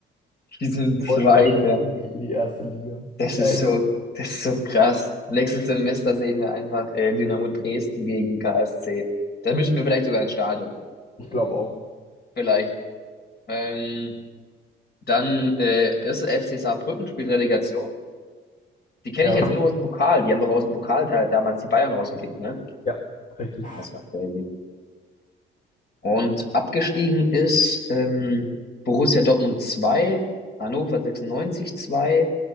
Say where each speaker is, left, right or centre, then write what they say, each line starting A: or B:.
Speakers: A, on the left; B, on the left.
A: Die sind
B: Die
A: Zweiter.
B: wollten doch schon ewig in die erste Liga.
A: Das
B: Äh,
A: ist so, das ist so krass. Nächstes Semester sehen wir einfach äh, Dynamo Dresden gegen KSC. Da müssen wir vielleicht sogar ins Stadion.
B: ich glaube auch.
A: Vielleicht. Ähm, dann äh, erste FC Saarbrücken spielt Relegation. Die kenne
B: Ja,
A: ich jetzt nur aus dem Pokal. Die haben doch aus dem Pokalteil damals die Bayern rausgekickt, ne?
B: ja, richtig.
A: Das war crazy. Und abgestiegen ist ähm, Borussia Dortmund zwei, Hannover sechsundneunzig 2,